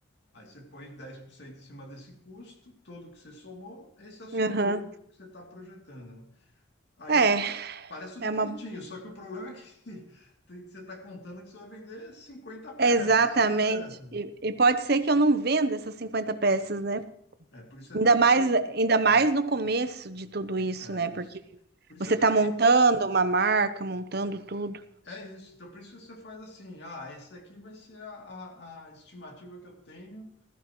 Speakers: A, on the left (about 60°); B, on the right (about 55°).
A: Aí você põe 10% em cima desse custo, todo que você somou, esse é o seu
B: Aham.
A: lucro que você está projetando, né? Aí
B: É,
A: tudo parece tudo
B: é
A: bonitinho,
B: uma.
A: só que o problema é que <laughs> tem- você está contando que você vai vender 50 peças,
B: é Exatamente.
A: 100 peças. né?
B: E, e pode ser que eu não venda essas 50 peças, né?
A: É, é por isso você
B: Ainda
A: tem
B: mais,
A: que quando
B: ainda mais
A: né?
B: no começo de tudo isso,
A: É
B: né? Porque
A: isso. Por isso
B: você
A: você tem
B: tá montando
A: que.
B: uma marca, montando tudo.
A: É isso. Então, por isso você faz assim: ah, esse aqui vai ser a, a, a estimativa que eu tenho